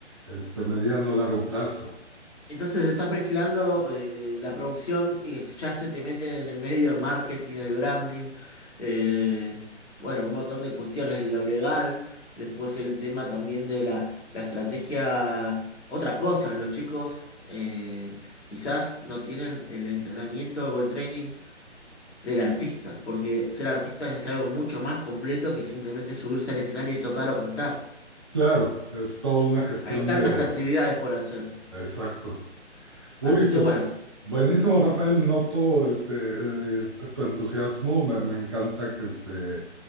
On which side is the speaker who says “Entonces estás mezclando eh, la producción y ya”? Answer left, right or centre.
Left